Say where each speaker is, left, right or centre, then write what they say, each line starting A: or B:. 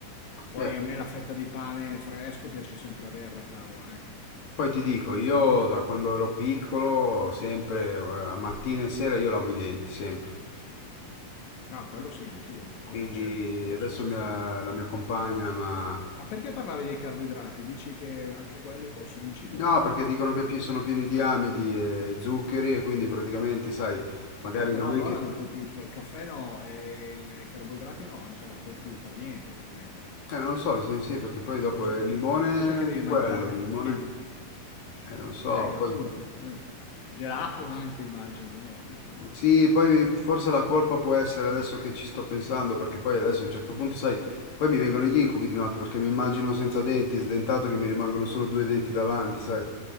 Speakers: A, on the left; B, on the left.
A: Poi
B: Eh,
A: a me la fetta di pane fresco piace sempre averla a tavola, ecco.
B: poi ti dico, io da quando ero piccolo, sempre, eh, mattina e sera, io lavo i denti, sempre.
A: No, quello sì, anch'io. Vabbè,
B: Quindi
A: certo, quello
B: adesso
A: sì, sì.
B: mia- la mia compagna, ma
A: Ma perché parlavi dei carboidrati? Dici che anche quelli possono incidere?
B: No, perché dicono che pi- sono pieni di amidi e zuccheri e quindi praticamente, sai, magari
A: Vabbè, però
B: non
A: allora
B: è che...
A: non puoi più, cioè il caffè no e il e i carboidrati no, cioè non puoi più far niente perché
B: Eh, non lo so, sì, sì, perché poi dopo
A: Cos'è
B: eh,
A: che
B: il
A: devi
B: limone,
A: cos'è che
B: anche
A: devi mangiare
B: quello, il limone,
A: alla fine?
B: eh, non so,
A: Eh, che
B: poi...
A: appunto, eh. Gelato anche immagino, no, tutto proprio.
B: Sì, poi forse la colpa può essere adesso che ci sto pensando, perché poi adesso a un certo punto, sai, poi mi vengono gli incubi di notte, perché mi immagino senza denti, sdentato, che mi rimangono solo due denti davanti, sai.